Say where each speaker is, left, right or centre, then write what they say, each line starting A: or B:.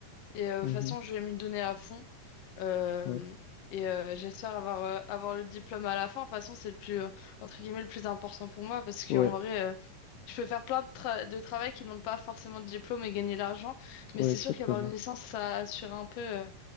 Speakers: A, on the left (about 60°); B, on the left (about 75°).
A: Et euh,
B: Mhm.
A: de toute façon, je vais m'y donner à fond. Euh,
B: Ouais.
A: et euh, j'espère avoir, euh, avoir le diplôme à la fin. De toute façon, c'est le plus, euh, entre guillemets, le plus important pour moi parce qu'en
B: Ouais.
A: vrai, euh, je peux faire plein de, tra- de travail qui ne demande pas forcément de diplôme et gagner de l'argent. Mais
B: Ouais,
A: c'est
B: exactement.
A: sûr qu'avoir une licence, ça assure un peu. euh,